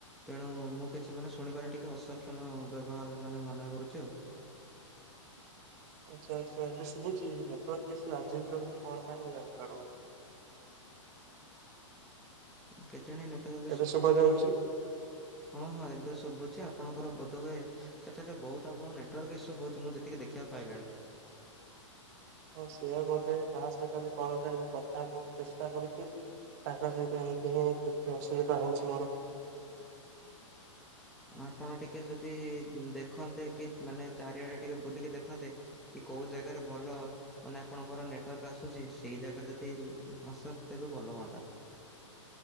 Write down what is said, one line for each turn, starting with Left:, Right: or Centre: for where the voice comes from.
Centre: ତେଣୁ ମୁଁ କିଛିମାନେ ଶୁଣିବାରେ ଟିକେ ଅସକ୍ଷମ ବ୍ୟବହାରମାନେ ମନେ କରୁଛି ଆଉ।
Right: ଆଚ୍ଛା ଆଚ୍ଛା ଏବେ ଶୁଭୁଛି ନେଟୱାର୍କ ଇସୁ ଆଜିବି ରହୁଚି କଣ ପାଇଁ ମୁଁ ଜାଣିପାରୁନି।
Centre: <unintelligible> ଜଣେ ନେଟୱର୍କ ଇସୁ
Right: ଏବେ ଶୁଭା
Centre: ହଉଥିବ
Right: ଯାଉଛି
Centre: ହଁ ହଁ ଏବେ ଶୁଭୁଚି। ଆପଣଙ୍କର ବୋଧହୁଏ ସେଠାରେ ବହୁତ ଆପଣଙ୍କ ନେଟୱାର୍କ ଇସୁ ହଉଚି ମୁଁ ଯେତିକି ଦେଖିବାକୁ ପାଇଲିଣି।
Right: ହଁ ସେଇଆବୋଧେ ଯାହାସହିତ ବି କଲରେ ମୁଁ କଥାହେବା ଚେଷ୍ଟା କରୁଚି ତାଙ୍କ ସହିତ ଏମିତି ହିଁ ଯେତେ ଅସୁବିଧା ହଉଛି ମୋର।
Centre: ଆପଣ ଟିକେ ଯଦି ଦେଖନ୍ତେ କି ମାନେ ଚାରିଆଡେ ଟିକେ ବୁଲିକି ଦେଖନ୍ତେ କି କୋଉ ଯାଗାରେ ଭଲ ମାନେ ଆପଣଙ୍କର ନେଟୱାର୍କ ଆସୁଚି ସେଇ ଜାଗାରେ ଯଦି ଆସନ୍ତେ ତେବେ ଭଲ ହୁଅନ୍ତା।